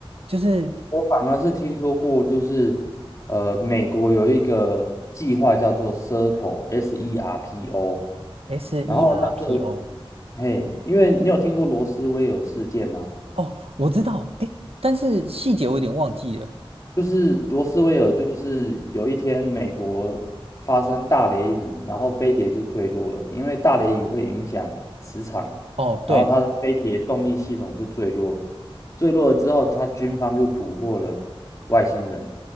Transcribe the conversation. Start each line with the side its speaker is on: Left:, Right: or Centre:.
Right: 就是
Left: 我反而是听说过，就是呃，美国有一个计划叫做 SERPO，S E R P O，S E R P O，
Right: S E
Left: 然后那个，
Right: R P O。
Left: 嘿，因为你有听过罗斯威尔事件吗？
Right: 哦，我知道，哎，但是细节我有点忘记了。
Left: 就是罗斯威尔，就是有一天美国发生大雷雨，然后飞碟就坠落了，因为大雷雨会影响磁场，
Right: 哦，
Left: 然后它的飞碟动力系统就坠落，
Right: 对，
Left: 坠落了之后，它军方就捕获了，外星人。